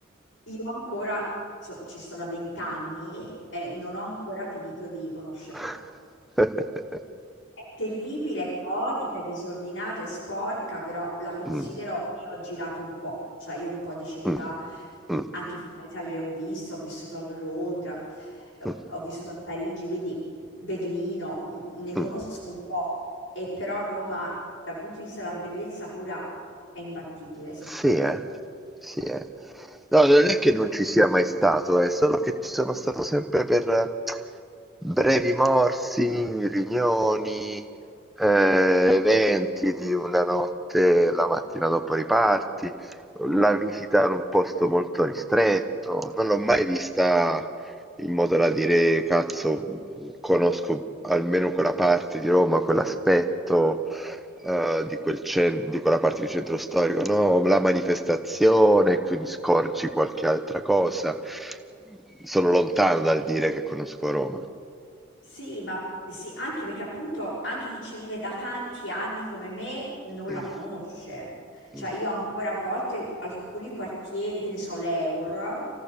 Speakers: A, on the left; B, in the centre.
A: Io ancora, so- ci sto da vent'anni e non ho ancora finito di conoscerla.
B: <laughs>
A: Terribile, è caotica, è disordinata, è sporca, però la considero
B: Mm,
A: e ho girato un po', cioè io un po' di città,
B: mm, mm,
A: anche fuori dall'Italia le ho viste, ho vissuto a Londra, eh,
B: mm,
A: ho vissuto a Parigi, quindi Berlino, mh, ne
B: mm.
A: conosco un po', e però Roma dal punto di vista della bellezza pura è imbattibile secondo
B: Sì, eh?
A: me.
B: Sì, eh. No, non è che non ci sia mai stato, è solo che ci sono stato sempre per eh, brevi morsi, riunioni, eh, eventi di una notte, la mattina dopo riparti, la visita in un posto molto ristretto. Non l'ho mai vista in modo da dire, cazzo, conosco almeno quella parte di Roma, quell'aspetto eh, di quel cen- di quella parte di centro storico, no? La manifestazione, quindi scorgi qualche altra cosa. Sono lontano dal dire che conosco Roma.
A: Sì, ma sì, anche perché appunto anche chi ci vive da tanti anni come me non
B: Mm,
A: la conosce. Cioè
B: mm,
A: io ancora a volte alcuni quartieri, che ne so, l'Eur,